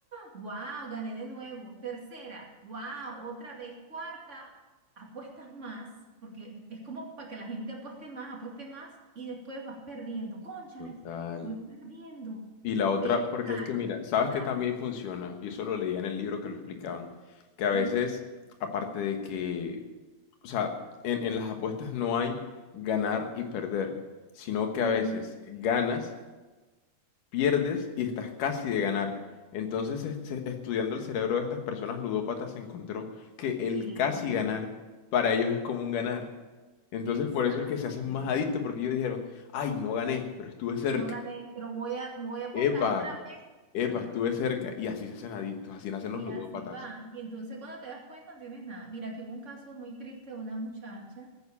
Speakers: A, on the right; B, on the left.
A: Wow, gané de nuevo. Tercera, wow, otra vez. Cuarta, apuestas más, porque es como para que la gente apueste más, apueste más y después vas perdiendo. Cónchale,
B: Total.
A: voy perdiendo.
B: Y la otra,
A: Vendes
B: porque
A: carro,
B: es que mira, sabes
A: ¿sabes?
B: que también funciona, y eso lo leía en el libro que lo explicaban, que a veces,
A: Ujú,
B: aparte de que, o sea, en, en las apuestas no hay ganar y perder, sino que
A: ujú.
B: a veces ganas, pierdes y estás casi de ganar. Entonces, es- se- estudiando el cerebro de estas personas ludópatas, se encontró que el
A: Sí,
B: casi ganar para ellos es como un ganar. Entonces,
A: exactamente.
B: por eso es que se hacen más adictos, porque ellos dijeron, ay, no gané, pero estuve cerca.
A: No gané, pero voy a, voy a apostar
B: Epa,
A: otra vez.
B: Epa,
A: Ajá.
B: estuve cerca. Y así se hacen adictos, así nacen
A: Y
B: los ludópatas.
A: así va. Y entonces cuando te das cuenta no tienes nada. Mira, que hubo un caso muy triste de una muchacha